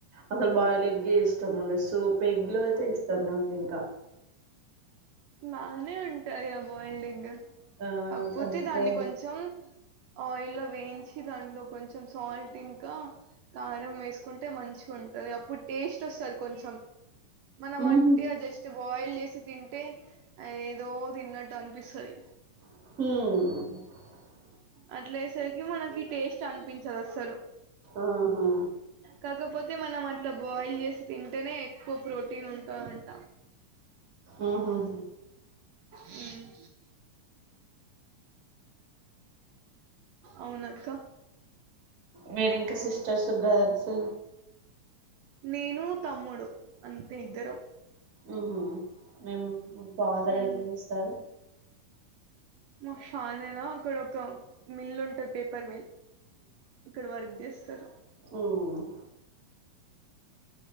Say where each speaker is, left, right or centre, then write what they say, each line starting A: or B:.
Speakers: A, on the right; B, on the right.
A: అసలు బాయిల్ ఎగ్గే ఇష్టం ఉండ సూప్ ఎగ్ లో అయితే ఇష్టం నాకు ఇంకా
B: బానే ఉంటాయి ఆ బాయిల్డెగ్
A: ఆ
B: కాకపోతే
A: అంతే
B: దాన్ని కొంచెం ఆయిల్ వేయించి దాంట్లో కొంచెం సాల్ట్ ఇంకా కారం వేసుకుంటే మంచిగా ఉంటంది అప్పుడు టేస్ట్ వస్తుంది కొంచెం మన మ
A: ఉహు
B: అట్టి అ జస్ట్ బాయిల్ చే చితిన్ టె అది ఏదో తిన్నట్టు అనిపిస్తది
A: హుమ్
B: అట్లే అయ్యే సరికి మనకి టేస్ట్ అనిపించదు అసలు
A: ఆహా
B: కాకపోతే మనం అట్లా బాయిల్ చేసి తింటేనే ఎక్కువ ప్రోటీన్ ఉంటదంట
A: ఆ హా హా
B: హ్మ్ అవునా అక్క
A: మీరు ఇంకా సిస్టర్స్ బ్రదర్సు
B: నేను తమ్ముడు అంతే ఇద్దరం
A: హు హూ మేము ఫాదర్
B: ఉమ్
A: ఏం చేస్తారు
B: మా <unintelligible> అక్కడ ఒక మిల్ ఉంటుది పేపర్ మిల్ అక్కడ వర్క్ చేస్తారు
A: ఉహుహు